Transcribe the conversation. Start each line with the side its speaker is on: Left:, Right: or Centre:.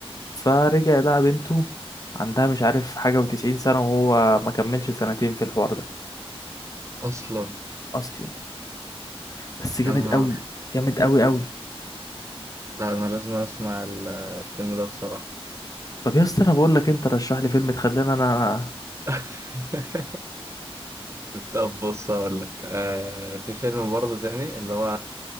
Left: فرجع لقى بنته عندها مش عارف حاجة وتسعين سنة وهو ما كملش سنتين في الحوار ده
Right: اصلا
Left: اصلا بس جامد
Right: يا نهار
Left: قوي جامد قوي قوي
Right: لا انا لازم اسمع ال- آه، الفيلم ده بصراحه
Left: طب يا اسطى انا بقول لك انت رشح لي فيلم تخلينا انا
Right: <laughs> طب بص اقول لك آه في فيلم برضه تاني اللي هو